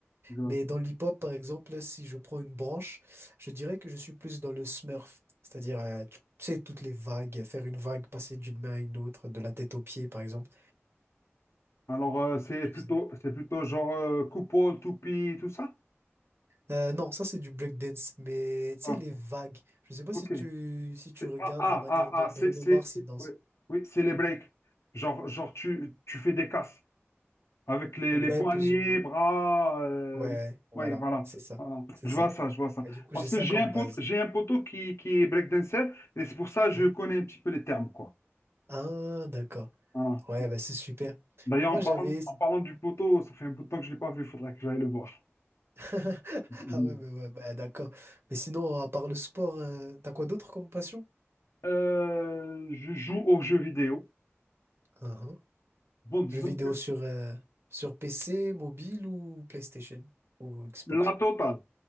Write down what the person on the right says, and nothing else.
Mais dans l'hip-hop, par exemple, si je prends une branche, je dirais que je suis plus dans le smurf. C'est-à-dire, euh, tu sais, toutes les vagues, faire une vague, passer d'une main à une autre, de la tête aux pieds, par exemple.
Je
sais.
Euh, non, ça c'est du breakdance, mais tu
sais, les vagues. Je sais pas
si tu, si tu
regardes
la manière
dont
Bruno
Mars
il danse.
Ouais,
plus ou moins.
Ouais, voilà,
c'est ça,
c'est
ça.
Et du coup,
j'ai ça
comme
base.
Hein?
Ah, d'accord.
Ouais, bah c'est super.
Moi,
j'avais,
<laughs>
Ah ouais, mais, ouais, bah, d'accord. Mais sinon, à part le sport, euh, t'as quoi d'autre comme passion?
Uhum.
Jeux vidéo
sur, euh, sur PC, mobile ou PlayStation ou Xbox?